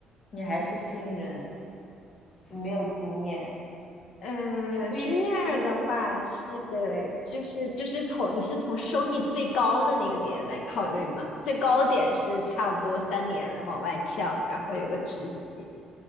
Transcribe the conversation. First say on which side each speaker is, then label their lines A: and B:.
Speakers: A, on the left; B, on the left.
A: 你还是新人，你没有经验。
B: 嗯
A: 除非除非
B: j u n i o r 的话是
A: 对，
B: 就是就是从你是从收益最高的那个点来考虑嘛，最高点是差不多三年往外翘，然后有个职级，